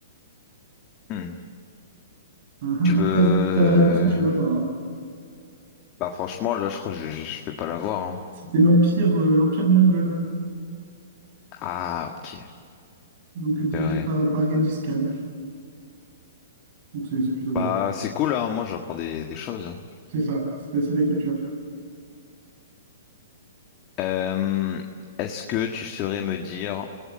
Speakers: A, on the left; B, on the right.
A: Hmm.
B: Ah, ah.
A: Tu peux...
B: Après, tu as la réponse ou tu l'as pas. hein.
A: Bah franchement, là je crois que je, je je vais pas l'avoir. Hein.
B: C'était l'empire euh, l'empire mongol,
A: Ah ok,
B: donc euh, dirigé
A: c'est vrai.
B: par, par Gengis Khan. Donc c'est c'est plutôt drôle.
A: Bah c'est cool, hein. Moi j'apprends des, des choses.
B: C'est ça, c'est c'est de la culture.
A: Euh, est-ce que tu saurais me dire,